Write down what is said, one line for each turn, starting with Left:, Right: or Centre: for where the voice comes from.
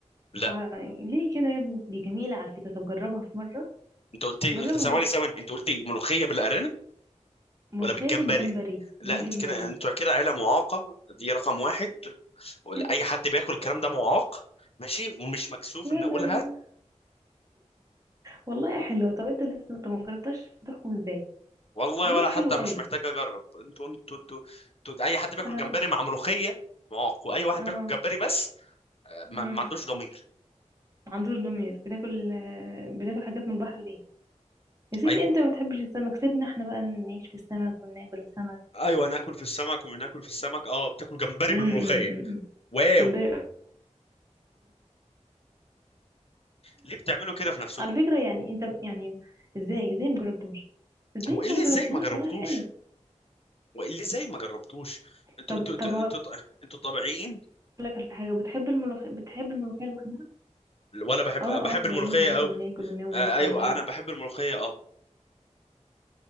Left: لا
Right: و... ليه كده يا ابني دي جميلة على فكرة طب جربها في مرة
Left: انت قلت لي،
Right: جربها
Left: انت ثواني
Right: بس
Left: ثواني انت قلت لي ملوخيه بالارانب ولا
Right: ملوخية
Left: بالجمبري
Right: بالجمبري
Left: لا
Right: بالجمبري
Left: انت كده انتوا كده عيله معاقه دي رقم واحد
Right: <laughs>
Left: اي حد بياكل الكلام ده معاق ماشي ومش مكسوف
Right: لا
Left: ان
Right: لا
Left: اقولها
Right: لا لا. والله حلوة طب انت لسه طب ما جربتهاش تحكم ازاي
Left: والله
Right: على
Left: ولا
Right: فكرة
Left: حتى
Right: حلوة قوي
Left: مش محتاج اجرب انتوا انتوا انتوا انتوا- اي حد بياكل
Right: اه
Left: جمبري مع ملوخيه معاق واي واحد
Right: اه
Left: بياكل جمبري بس آه، ما,
Right: امم
Left: ما عندوش ضمير
Right: عندور ضمير بتاكل آه، بتاكل حاجات من البحر ليه يا سيدي
Left: ايوه
Right: انت ما بتحبش السمك سيبنا احنا بقى نعيش في السمك وناكل السمك
Left: ايوه ناكل في السمك وبناكل في السمك اه بتاكل جمبري
Right: امم
Left: بالملوخيه
Right: امم
Left: واو
Right: جمبري
Left: ليه بتعملوا كده في نفسكم
Right: على فكرة يعني انت يعني ازاي ازاي مجربتوش ازاي
Left: هو
Right: انت
Left: ايه اللي
Right: مجربتوش
Left: ازاي ما جربتوش
Right: والله حلو
Left: هو ايه اللي ازاي ما جربتوش انتوا
Right: طب
Left: انتوا انتوا
Right: طب هقول
Left: انتوا انتوا طبيعيين
Right: لك على حاجة بتحب الملوخية بتحب الملوخية لوحدها
Left: ولا بحب
Right: اه
Left: بحب
Right: اه طبيعيين
Left: الملوخيه
Right: عادي
Left: قوي
Right: بناكل وننام ونصحى
Left: آه ايوه
Right: ونعيش
Left: انا بحب الملوخيه اه